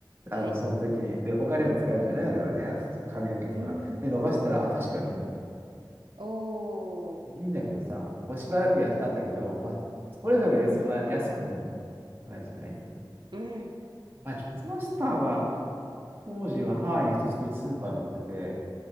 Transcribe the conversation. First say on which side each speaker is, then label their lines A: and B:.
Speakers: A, on the right; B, on the right.
A: あの、
B: はい。
A: その時に、で、他にも使えるじゃないあればね、あ髪の毛とか。
B: うん。
A: で、伸ばしたら、あ、確かにいいんだよね。
B: お
A: いいんだけどさ、
B: ー、
A: こうしばらくやったんだけど、まあ、それぞれそんな安くもないじゃない
B: うん。
A: まあ、ジョンマスターは、当時はハワイに行くと普通にスーパーで売ってて、